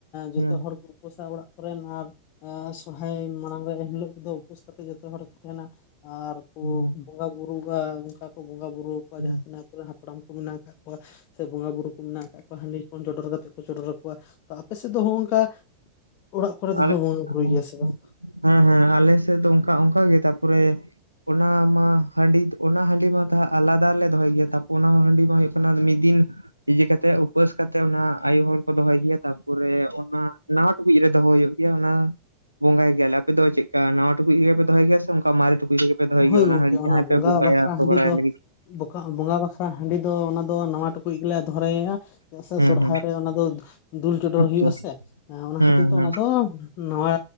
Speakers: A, on the left; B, on the right.
A: ᱡᱚᱛᱚ
B: ᱦᱮᱸ
A: ᱦᱚᱲ ᱠᱚ ᱩᱯᱟᱹᱥᱟ ᱚᱲᱟᱜ ᱠᱚᱨᱮᱱ ᱟᱨ ᱥᱚᱨᱦᱟᱭ ᱢᱟᱲᱟᱝ ᱨᱮ ᱮᱱᱦᱤᱞᱳᱜ ᱫᱚ ᱩᱯᱟᱹᱥ ᱠᱟᱛᱮᱫ ᱡᱚᱛᱚ ᱦᱚᱲ ᱠᱚ ᱛᱟᱦᱮᱸᱱᱟ ᱟᱨ ᱠᱚ
B: ᱦᱩᱸ
A: ᱵᱚᱸᱜᱟ ᱵᱩᱨᱩᱜᱼᱟ ᱚᱱᱠᱟ ᱠᱚ ᱵᱚᱸᱜᱟ ᱵᱩᱨᱩ ᱟᱠᱚᱣᱟ
B: ᱦᱩᱸ
A: ᱡᱟᱦᱟᱸᱛᱤᱱᱟᱹᱜ ᱦᱟᱯᱲᱟᱢ ᱠᱚ ᱢᱮᱱᱟᱜ ᱟᱠᱟᱜ ᱠᱚᱣᱟ ᱥᱮ ᱵᱚᱸᱜᱟ ᱵᱩᱨᱩ ᱠᱚ ᱢᱮᱱᱟᱜ ᱠᱟᱜ ᱠᱚᱣᱟ ᱦᱟᱺᱰᱤ ᱠᱷᱚᱱ ᱪᱚᱰᱚᱨ ᱠᱟᱛᱮ ᱠᱚ ᱪᱚᱰᱚᱨ ᱟᱠᱚᱣᱟ ᱛᱚ ᱟᱯᱮ ᱥᱮᱫ ᱫᱚ ᱱᱚᱜᱼᱚ ᱱᱚᱝᱠᱟ ᱚᱲᱟᱜ ᱠᱚᱨᱮ ᱫᱚ
B: ᱟᱞᱮ
A: ᱯᱮ ᱵᱚᱸᱜᱟ ᱵᱩᱨᱩᱭ
B: ᱦᱩᱸ
A: ᱜᱮᱭᱟ ᱥᱮ
B: ᱦᱩᱸ
A: ᱵᱟᱝ
B: ᱦᱮᱸ ᱦᱮᱸ ᱟᱞᱮ ᱥᱮᱫ ᱫᱚ ᱚᱱᱠᱟ ᱚᱱᱠᱟ ᱜᱮ ᱛᱟᱯᱚᱨᱮ ᱚᱱᱟ ᱢᱟ ᱦᱟᱺᱰᱤ ᱚᱱᱟ ᱦᱟᱺᱰᱤ ᱢᱟ ᱛᱟᱦ ᱟᱞᱟᱫᱟ ᱞᱮ ᱫᱚᱦᱚᱭ ᱜᱮᱭᱟ ᱛᱟᱯᱚᱨ ᱚᱱᱟ ᱦᱟᱺᱰᱤ ᱢᱟ ᱦᱳᱭᱳᱜ ᱠᱟᱱᱟ ᱢᱤᱫ ᱫᱤᱱ ᱤᱡᱟᱹ ᱠᱟᱛᱮ ᱩᱯᱟᱹᱥ ᱠᱟᱛᱮᱜ ᱚᱱᱟ ᱟᱭᱩ ᱦᱚᱲ ᱠᱚ ᱫᱚᱦᱚᱭ ᱜᱮᱭᱟ ᱛᱟᱯᱚᱨᱮ ᱚᱱᱟ ᱱᱟᱣᱟ ᱴᱩᱠᱩᱡ ᱨᱮ ᱫᱚᱦᱚᱭ ᱦᱩᱭᱩᱜ ᱜᱮᱭᱟ ᱚᱱᱟ ᱵᱚᱸᱜᱟᱭ ᱜᱮᱭᱟ ᱞᱮ ᱟᱯᱮ ᱫᱚ ᱪᱮᱫᱠᱟ ᱱᱟᱣᱟ ᱴᱩᱠᱩᱡ ᱨᱮᱜᱮ ᱯᱮ ᱫᱚᱦᱚᱭ ᱜᱮᱭᱟ ᱥᱮ ᱚᱱᱠᱟ ᱢᱟᱨᱮ ᱴᱩᱠ ᱠᱩᱡ ᱨᱮᱜᱮ ᱯᱮ ᱫᱚᱦᱚᱭ
A: ᱦᱳᱭ
B: ᱜᱮᱭᱟ ᱚᱱᱟ
A: ᱜᱚᱝᱠᱮ
B: ᱦᱟᱸᱹᱰᱤ ᱡᱟᱦᱟᱸᱭ
A: ᱵᱚᱸᱜᱟ
B: ᱯᱮ ᱵᱚᱸᱜᱟᱭᱟ
A: ᱵᱟᱠᱷᱨᱟ
B: ᱥᱚᱦᱚᱨᱟᱭ
A: ᱦᱟᱺᱰᱤ ᱫᱚ
B: ᱞᱟᱹᱜᱤᱫ
A: ᱵᱚᱠᱟ ᱵᱚᱸᱜᱟ ᱵᱟᱠᱷᱨᱟ ᱦᱟᱺᱰᱤ ᱫᱚ ᱚᱱᱟ ᱫᱚ ᱱᱟᱣᱟ ᱴᱩᱠᱩᱡ ᱜᱮᱞᱮ ᱫᱚᱦᱨᱟᱭᱟ ᱪᱮᱫᱟᱜ ᱥᱮ
B: ᱦᱩᱸ
A: ᱥᱚᱨᱦᱟᱭ
B: ᱦᱩᱸ
A: ᱨᱮ ᱚᱱᱟ ᱫᱚ ᱫᱩᱞ ᱪᱚᱰᱚᱨ
B: ᱟᱪᱪᱷᱟ
A: ᱦᱩᱭᱩᱜ-ᱟ ᱥᱮ ᱚᱱᱟ
B: ᱦᱩᱸ
A: ᱠᱷᱟᱹᱛᱤᱨ ᱛᱮ
B: ᱦᱩᱸ
A: ᱚᱱᱟ ᱫᱚ ᱱᱟᱣᱟ